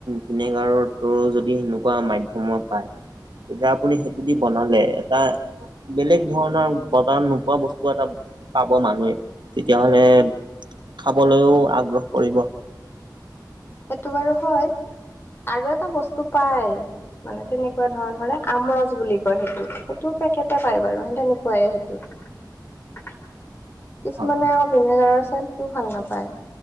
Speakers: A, on the right; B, on the left.
A: ভিনেগাৰতো যদি সেনেকোৱা মা সময় পায় তেতিয়া আপুনি সেইটোদি বনালে এটা বেলেগ ধৰণৰ বজাৰত নোপোৱা বস্তু এটা- পাব মানুহে, তেতিয়া হ'লে, খাবলৈও আগ্ৰহ কৰিব।
B: সেইটো বাৰু হয়, আৰু এটা বস্তু পাই। মানে তেনেকুৱা ধৰণৰে আমৰজ বুলি কয় সেইটো সেইটো পেকেটে পায় বাৰু স তেনেকুৱাই সেইটো। কিছুমানে
A: হয়
B: ভিনেয়গাৰৰ চেনটো ভাল নাপায়।